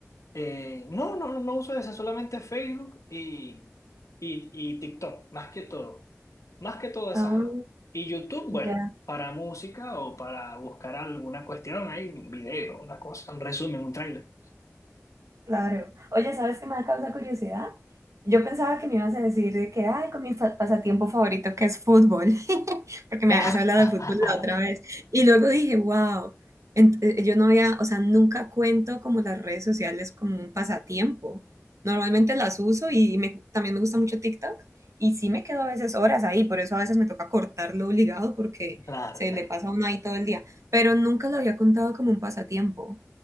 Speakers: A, on the left (about 80°); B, on the right (about 75°).
A: Eh, no, no, no uso esa, solamente Facebook y, y, y TikTok, más que todo. Más que todo esas
B: Ah,
A: dos. Y YouTube, bueno,
B: ya.
A: para música o para buscar alguna cuestión, hay un video, una cosa, un resumen, un tráiler.
B: Claro. Oye, ¿sabes qué me da causa curiosidad? Yo pensaba que me ibas a decir de que, ay, con mi fa- pasatiempo favorito que es fútbol, <laughs> porque me
A: <laughs>
B: habías hablado de fútbol la otra vez. Y luego dije, wow, yo no había, o sea, nunca cuento como las redes sociales como un pasatiempo. Normalmente las uso y me- también me gusta mucho TikTok y sí me quedo a veces horas ahí, por eso a veces me toca cortarlo obligado porque
A: Claro,
B: se
A: claro.
B: le pasa a uno ahí todo el día, pero nunca lo había contado como un pasatiempo.